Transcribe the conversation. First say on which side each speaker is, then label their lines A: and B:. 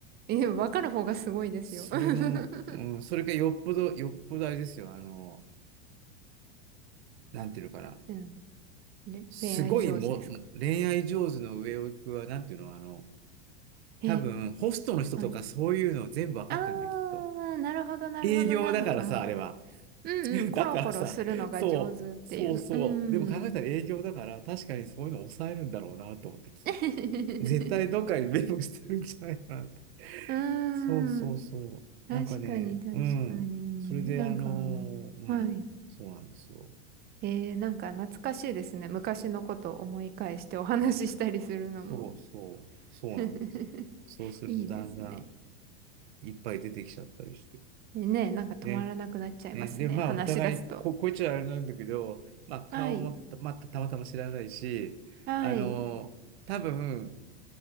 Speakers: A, on the right; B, on the right.
A: え、わかる方がすごいですよ。
B: それも、
A: <laughs>
B: うん、それがよっぽど、よっぽどあれですよ、あの、なんていうのかな。
A: うん。れ恋愛上手ですか
B: すごいも、恋愛上手の上を行くは、なんていうの、あの、
A: え、
B: 多分、ホストの人とかそういうの全部わかってるんだよ、
A: はい。あー、
B: きっと。
A: なるほど、なるほど、
B: 営業だからさ、
A: なんか。
B: あれは。
A: うんうん、
B: <laughs>
A: コロコロするのが上手っていう。
B: だからさ、そう、そうそう。
A: うん。
B: でも考えたら営業だから、確かにそういうの抑えるんだろうなと思って聞いて。
A: <laughs>
B: 絶対どっかにメモしてるんじゃないかなと。
A: うん。
B: そうそうそう。
A: 確かに、
B: なんかね、
A: 確かに。
B: うん。それで、
A: なんか、
B: あのーうん、
A: はい。
B: そうなんですよ。
A: えー、なんか懐かしいですね。昔のことを思い返してお話ししたりするのも。
B: うん、そうそう、そうなんです。
A: <laughs>
B: そうするとだんだん、
A: いいですね。
B: いっぱい出てきちゃったりして。
A: ねえ、なんか止まらなくなっちゃいますね。
B: で、ね、で、まあ、
A: 話し出すと。
B: お互いに、こ、こいつはあれなんだけど、まあ、顔もた、
A: はい。
B: まあ、たまたま知らないし、
A: はい。
B: あの、多分、